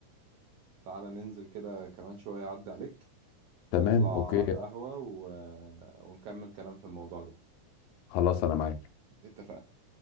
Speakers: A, on the right (about 80°); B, on the left (about 85°).
A: تعالى ننزل كده كمان شوية أعدي عليك
B: تمام
A: نطلع
B: اوكي
A: على القهوة و... ونكمل كلام في الموضوع ده
B: خلاص انا معاك
A: اتفقنا